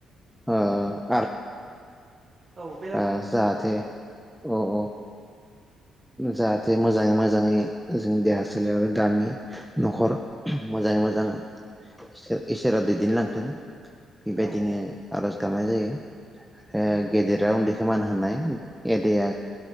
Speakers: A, in the centre; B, on the right.
A: ओ
B: औ बे
A: ओ जाहाथे औ औ जाहाथे मोजाङै मोजाङै जोंनि देहा ओनसोल आरो गामि न'खर मोजाङै मोजां इसोर-इसोरा दैदेनलांथों बेबायदिनो
B: औ
A: आरज गाबनाय जायो। आरो
B: उम
A: गेदेरा उन्दै खोमानो हानाय एदेया